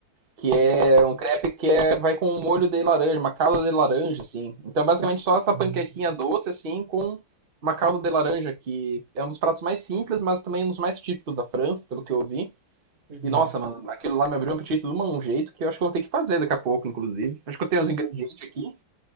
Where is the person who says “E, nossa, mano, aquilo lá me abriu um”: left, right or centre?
Right